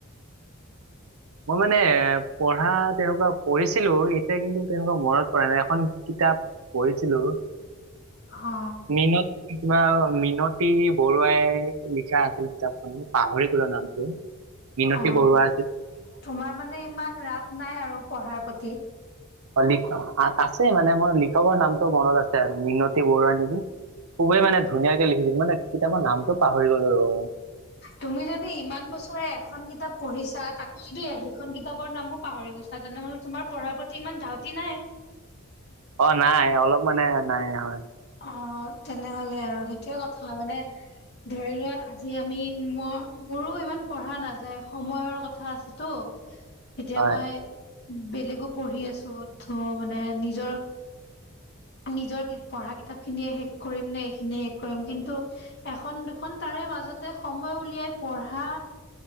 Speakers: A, on the right; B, on the left.
A: মই মানে এ পঢ়া তেনেকুৱা পঢ়িছিলো এতিয়া কিন্তু তেনেকুৱা মনত প নাই এখন পঢ়িছিলো
B: অ
A: মেহনত কিবা মিনতী বৰুৱাই লিখা আছিল কিতাপখন পাহৰি কলৰ নামটো মিনতী
B: অ'
A: বৰুৱা আছিল
B: তোমাৰ মানে ইমান ৰাপ নাই আৰু পঢ়াৰ প্ৰতি।
A: অ' লিখা আছে মানে। মোৰ লিখকৰ নামটো মনত আছে আৰু মনতি বৰুৱানী। খুবেই মানে ধুনীয়াকে লিখিছিল। মানে কিতাপৰ নামটো পাহৰি গ'লো আৰু
B: তুমি যদি ইমান বছৰে এখন কিতাপ পঢ়িছা তাকো যদি সেইখন কিতাপৰ নামো পাহৰি গৈছা। তেনেহলে তোমাৰ পঢ়াৰ প্ৰতি ইমান ধাউতি নাই
A: অ নাই অলপ মানে নাই হয়
B: অ তেনেহলে আৰু সেইটোয়ে কথা মানে ধৰি লোৱা আজি আমি মই মোৰো ইমান পঢ়া নাযায় সময়ৰ কথা আছেতো এতিয়া
A: হয়
B: মই বেলেগো পঢ়ি আছো ত মানে নিজৰ নিজৰ পঢ়া কিতাপ খিনিয়ে শেষ কৰিম নে এইখিনিয়ে শেষ কৰিম কিন্তু এখন দুখন তাৰে মাজতে সময় উলিয়াই পঢ়া